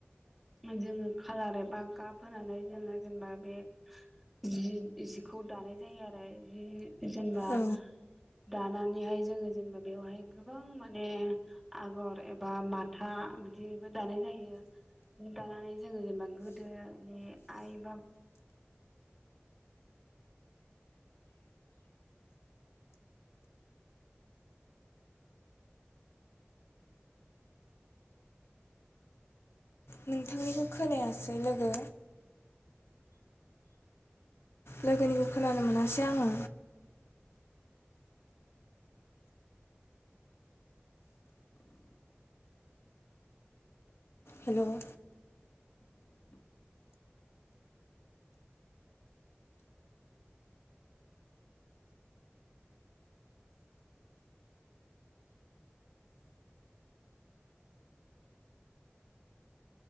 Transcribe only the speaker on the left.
औ
नोंथांनिखौ खोनायासै लोगो लोगोनिखौ खोनानो मोनासै आङो। हेल'।